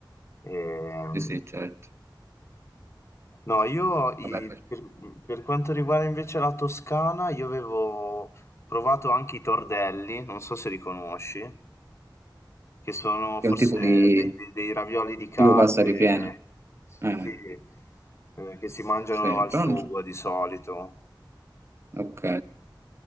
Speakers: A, on the left; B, on the right.
A: Ehm
B: sì, sì, certo.
A: No, io i
B: Vabbè, perché
A: per per quanto riguarda invece la Toscana, io avevo provato anche i tordelli, non so se li conosci, che sono
B: è
A: forse
B: un tipo di
A: dei dei dei ravioli di carne,
B: tipo pasta ripiena.
A: sì,
B: Eh,
A: ehm, che si mangiano
B: sì,
A: al
B: pronto?
A: sugo di solito.
B: Ok.